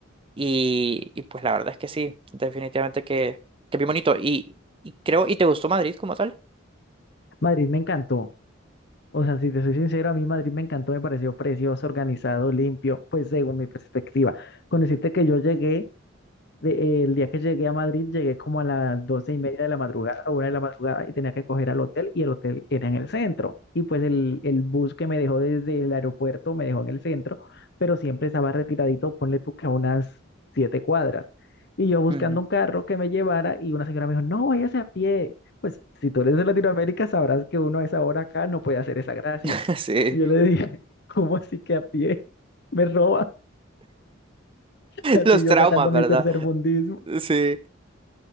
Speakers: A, on the right (about 25°); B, on the left (about 55°).
A: Y, y pues la verdad es que sí, definitivamente que, que bien bonito. Y, y creo, ¿y te gustó Madrid como tal?
B: Madrid me encantó. O sea, si te soy sincero, a mí Madrid me encantó, me pareció precioso, organizado, limpio, pues según mi perspectiva. Con decirte que yo llegué de- el día que llegué a Madrid, llegué como a las doce y media de la madrugada, a una de la madrugada, y tenía que coger al hotel, y el hotel era en el centro. Y pues el, el bus que me dejó desde el aeropuerto me dejó en el centro, pero siempre estaba retiradito, ponle tú que a unas siete cuadras. Y yo buscando
A: Ujú.
B: un carro que me llevara, y una señora me dijo, no, váyase a pie. Pues si tú eres de Latinoamérica, sabrás que uno a esa hora acá no puede hacer esa gracia.
A: <laughs> Sí,
B: Y yo le dije, <laughs> ¿cómo así que a pie? Me roban. <laughs> Así
A: los
B: yo
A: traumas,
B: sacando
A: ¿verdad?
B: mi tercer mundismo.
A: Sí.